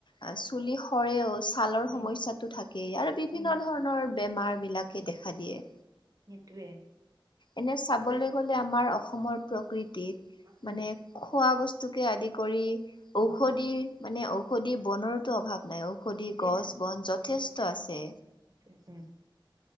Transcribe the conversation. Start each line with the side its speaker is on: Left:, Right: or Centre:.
Left: অ চুলি সৰেও ছালৰ
Right: উম,
Left: সমস্যাটো থাকেই আৰু বিভিন্ন
Right: উম,
Left: ধৰণৰ বেমাৰ বিলাক কে দেখা দিয়ে।
Right: সেইটোৱে
Left: এনে চাবলৈ গ'লে আমাৰ অসমৰ প্ৰকৃতিত
Right: উম,
Left: মানে খোৱা বস্তুকে আদি কৰি
Right: উম,
Left: ঔষধি মানে ঔষধি বনৰতো অভাৱ। নে ঔষধি
Right: সেইটোৱে
Left: গছ বন
Right: উম,
Left: যথেষ্ট
Right: উম,
Left: আছে।
Right: উম